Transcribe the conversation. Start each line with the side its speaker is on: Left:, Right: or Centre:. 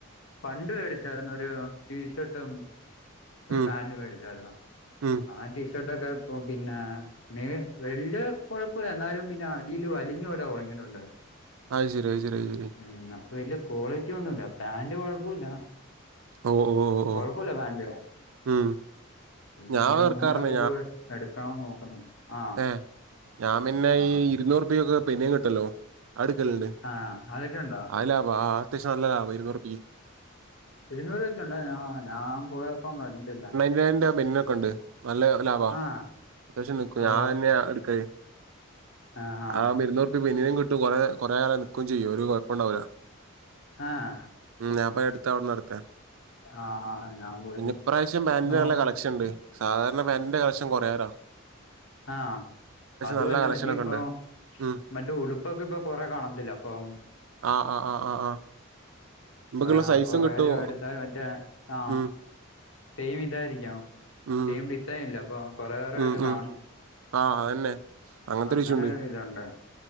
Left: പണ്ട് മേടിച്ചായിരുന്നു ഒരു ടീഷർട്ടും, ഒരു
Right: ഉം
Left: പാൻറ്മേടിച്ചായിരുന്നു
Right: ഉം
Left: ആ ടീഷർട്ടൊക്കെ ഇപ്പം പിന്നെ നെ വെല്യയ കൊഴപ്പല്ല എന്നാലും പിന്നെ അടിൽ വലിഞ്ഞോലെ ഉണങ്ങിയിട്ടുണ്ട്
Right: ആയി ശരി, ആയി ശരി, ആയി ശരി.
Left: ഉം അപ്പൊ വല്യയ ക്വാളിറ്റി ഒന്നുമല്ല പാന്റ് കൊഴപ്പില്ല
Right: ഓ ഓ ഓ ഓ
Left: കൊഴപ്പല്ല പാന്റ്
Right: ഉം
Left: പിന്നെ
Right: ഞാൻ വെറുക്കാറുണ്ട്
Left: മോളെക്കെ പോയി എടുക്കാം നോക്കുന്നു ആ
Right: ഏ ഞാൻ പിന്നെ
Left: ആ
Right: ഈ ഇരുന്നൂറ് ഉറു പേയ്ക്കൊക്കെ പിന്നീം കിട്ടുല്ലോ അടുക്കലുണ്ട്
Left: ആ അതൊക്കെ ഉണ്ടോ
Right: ആ ലാഭ ആ ആ അത്യാവശ്യം നല്ല ലാഭം ഇരുന്നൂറു പ്പിം
Left: ഇതിനു ചെന്നെ ആ ഞാൻ പോയപ്പം കണ്ടില്ല
Right: <unintelligible> പിന്നൊക്കണ്ട് നല്ല ലാഭാ.
Left: ആ
Right: അത്യാവശ്യം നിക്കും.
Left: ഓ
Right: ഞാൻ തന്നെ <unintelligible> <unintelligible>
Left: ആ ആ
Right: ഇപ്പ ബന്നിനും കിട്ടും കൊറെ കൊറെ ഏറെ നിക്കും ചെയ്യും ഒരു കുഴപ്പം ഉണ്ടാവൂില്ല
Left: ആഹ
Right: ഉ ഞാൻപ്പ എടുത്ത അവിടെ നടത്ത
Left: ആ ആ ഞാൻ പോയി
Right: പിന്ന ഇപ്രാവശ്യം ബാൻറിന്
Left: നോ
Right: നല്ല കളക്ഷൻ ഉണ്ട് സാധാരണ പെനിന്റെ കളക്ഷൻ കുറയറാ
Left: ആ അതുമല്ല
Right: നല്ല കളക്ഷനൊക്കെ
Left: മറ്റേ ഇപ്പൊ
Right: ഉണ്ട് ഉം
Left: മറ്റേ ഉടുപ്പൊക്കെ ഇപ്പൊ കൊറെ കാണത്തില്ല അപ്പൊ
Right: ആ് ആ ആ ആ ആ നമ്മക്കുള്ള
Left: ആ,
Right: സൈസും
Left: കുറെ
Right: കിട്ടുമോ
Left: പേര് എടുത്താൽ മറ്റേ ആ
Right: ഉ
Left: സെയിം ഇതായിരിക്കാം
Right: ഉം
Left: സെയിം ഡിസൈൻ ഇല്ല അപ്പൊ കുറെ പേരുടെ കയ്യിൽ
Right: ഉം ഉം
Left: കാണും
Right: ആഹ അതന്നെ അങ്ങനത്തെ
Left: അങ്ങനെ
Right: ഇഷ്യു ഉണ്ട്
Left: ഒരു ഇതുണ്ട്